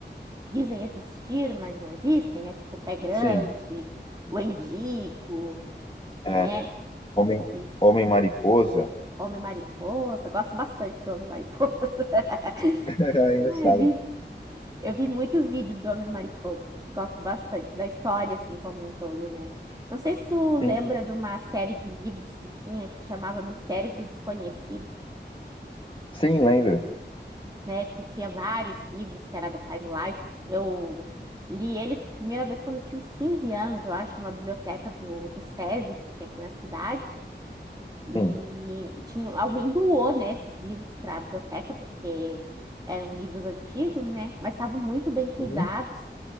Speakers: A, on the right; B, on the left.
A: dizem existir, mas não existem, né? Tipo, o pé grande,
B: Sim,
A: o endigo,
B: é.
A: né?
B: Homem,
A: Esses
B: homem mariposa. <laughs>
A: homem-mariposa. Gosto bastante do homem-mariposa. <laughs>
B: É engraçado.
A: Ah, eu vi,
B: né?
A: eu vi muitos vídeos do Homem Mariposa. Gosto bastante da história, assim, como um todo, né? Não sei se tu lembra
B: Sim.
A: de uma série de livros que tinha, que se chamava Mistérios do Desconhecido,
B: Sim, lembro.
A: né? Que tinha vários livros, que era da Time Life. Eu li eles primeira vez quando eu tinha uns 15 anos, eu acho, numa biblioteca do, do SESI, que tinha aqui na cidade. E
B: Sim.
A: tinha, alguém doou, né, esses livros para a biblioteca, porque eram livros antigos, né? Mas estavam muito bem cuidados.
B: Uhum.